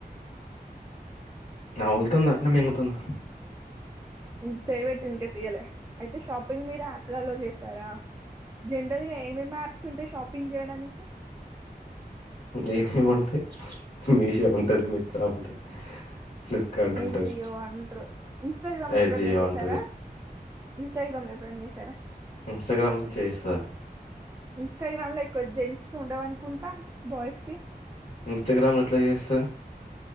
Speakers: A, on the left; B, on the right.
A: నవులుతుంది అట్నే మిగుతుందా
B: ఇ చేయబెట్ ఇంకా తీయలే అయితే షాపింగ్ మీరు యాప్లలో చేస్తారా జనరల్ గా ఏమేమి యాప్స్ ఉంటాయి షాపింగ్ చేయడానికి
A: ఏముంటాయి మీషో ఉంటది మిత్ర ఉంటది ఫ్లిప్కార్ట్
B: ఏజియో
A: ఉంటది
B: అంట్రో ఇన్స్టాగ్రామ్ లో
A: ఏ
B: ఎప్పుడన్నా
A: జియో
B: చేసారా
A: ఉంటది
B: ఇన్స్టాగ్రామ్ లో ఎప్పుడన్నా చేసారా
A: ఇన్స్టాగ్రామ్ లో చేయిస్తా
B: ఇన్స్టాగ్రామ్ లో ఎక్కువ జెంట్స్ సోండవన్కుంంట బాయస్కిర్
A: ఇన్స్టాగ్రామ్లు ఎట్లా చేస్తారు